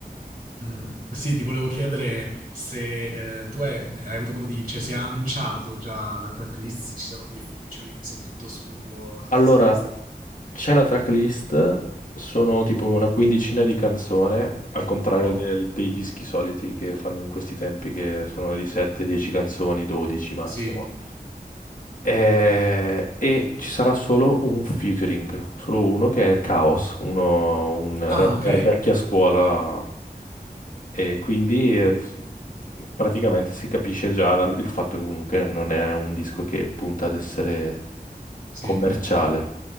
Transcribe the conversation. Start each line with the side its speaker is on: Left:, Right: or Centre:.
Right: eh, sì, ti volevo chiedere se eh, tu hai, hai avuto modo di, cioè se ha annunciato già la tracklist, se ci saranno dei featuring, se è tutto suo, se
Left: Allora...
Right: si sa questa cosa.
Left: C'è la tracklist, sono tipo
Right: Ok.
Left: una quindicina di canzoni, al contrario
Right: Wow,
Left: del- dei dischi soliti che fanno in questi tempi, che sono di 7-10 canzoni, 12 massimo.
Right: sì.
Left: Eh, E, ci sarà solo un featuring, solo uno che è Chaos, uno, un
Right: Ah,
Left: rapper
Right: ok,
Left: vecchia scuola. E quindi eh, s- praticamente si capisce già dal il fatto che comunque non è un disco che punta ad essere
Right: sì.
Left: commerciale.